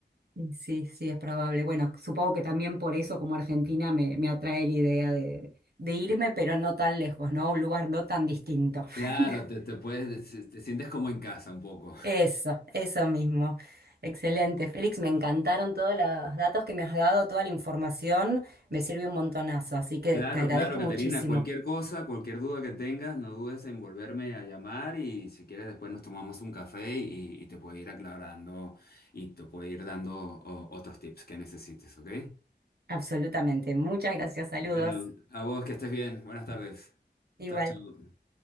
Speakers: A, on the right; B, on the left.
A: Y Sí, sí, es probable. Bueno, supongo que también por eso como Argentina me, me atrae la idea de, de irme, pero no tan lejos, ¿no? A Un lugar no tan distinto.
B: Claro,
A: <laughs>
B: te, te puedes, te sientes como en casa un poco.
A: Eso, eso mismo. Excelente. Félix, me encantaron todos los datos que me has dado, toda la información, me sirve un montonazo, así que
B: Claro,
A: te agradezco
B: claro, Caterina,
A: muchísimo.
B: cualquier cosa, cualquier duda que tengas, no dudes en volverme a llamar y si quieres después nos tomamos un café y, y te puedo ir aclarando y te puedo ir dando o- otros tips que necesites, ¿ok?
A: Absolutamente. Muchas gracias, saludos.
B: Bueno, a vos que estés bien, buenas tardes.
A: Igual.
B: Chao, chao.